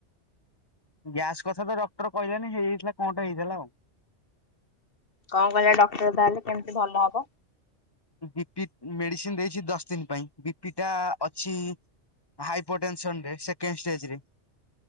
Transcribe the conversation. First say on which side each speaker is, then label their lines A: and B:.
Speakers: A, on the left; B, on the left.
A: ଗ୍ୟାସ କଥା ତ ଡକ୍ଟର କହିଲାନି ହେଇଯାଇଥିଲା କଣଟା ହେଇଥିଲା ଆଉ।
B: କଣ କହିଲା ଡକ୍ଟର ତାହେଲେ କେମିତି ଭଲ ହବ?
A: ବିପି ମେଡିସିନ ଦେଇଛି ଦଶ ଦିନ ପାଇଁ ବିପି ଟା ଅଛି। ହାଇପର ଟେନସନ ରେ ସେକେଣ୍ଡ ଷ୍ଟେଜ ରେ।